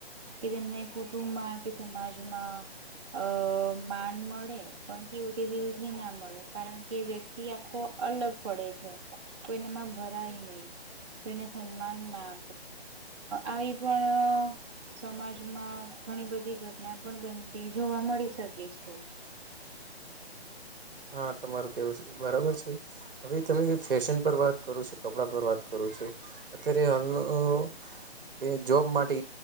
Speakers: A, on the right; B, on the right.
A: કે તેમને કુટુંબમાં કે સમાજમાં અ માન મળે પણ કેવું તે દિલથી ના મળે કારણ કે વ્યક્તિ આખો અલગ પડે છે કોઈનેમાં ભરાય નહી કોઈને સન્માન ના આ એ પણણ સમાજમાં ઘણી બધી ઘટના પણ બનતી જોવા મળી શકે છે
B: હા તમારું કેવું બરાબર છે હવે તમે ફેશન પર વાત કરો છો કપડા પર વાત કરો છો અત્યારે હાલ જોબ માટે